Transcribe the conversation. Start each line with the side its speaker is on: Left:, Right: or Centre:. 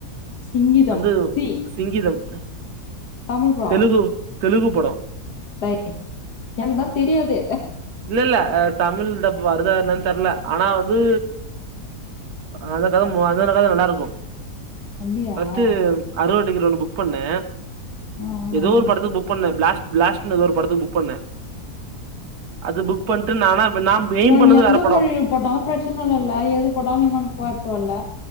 Left: சிங்கீதம்
Right: வந்து
Left: சி
Right: சிங்கீதம்
Left: தமிழ்
Right: தெலுகு தெலுகு படோ
Left: ரைட்டு எனக்குதா தெரியாது
Right: இல்லல்ல அது தமிழ் டப் வருதா என்னன் தெர்ல ஆனா வந்து அந்த கத மொத சொன்ன கத விட நல்லாருக்கு
Left: அப்டியா
Right: ஃபஸ்ட்டு
Left: ஆ
Right: அறுவர்ருவா டிக்கெட் ஒன்னு புக் பண்ணே
Left: ஆ ஆ
Right: எதோ ஒரு
Left: ம்
Right: படத்துக் புக் பண்ண பிளாஸ்ட் பிளாஸ்ட்னு எதோ ஒரு படத்துக் புக் பண்ணே அது புக் பண்ட்டு நானா ப் நா எய்ம்
Left: ஒனக்
Right: பண்ணது
Left: எந்த
Right: வேற படோ
Left: மொழில போட்டாலு பிரச்சன இல்லல்ல எது போட்டாலு நீ பாட்க் பாத்துருவல்ல